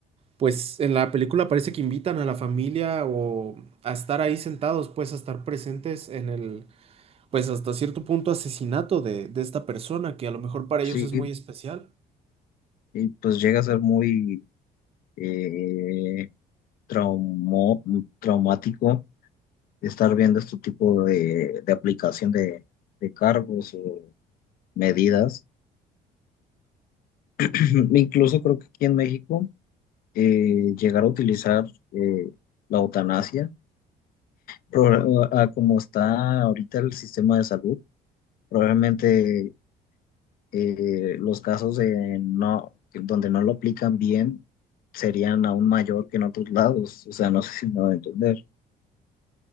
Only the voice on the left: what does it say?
Sí,
y pues llega a ser muy eh, traumo- traumático estar viendo este tipo de, de aplicación de, de cargos o medidas. <clears throat> Incluso creo que aquí en México. eh, llegar a utilizar eh, la eutanasia, Pro- a como está ahorita el sistema de salud, probablemente eh, los casos de no, donde no lo aplican bien serían aún mayor que en otros lados, o sea, no sé si me va a entender.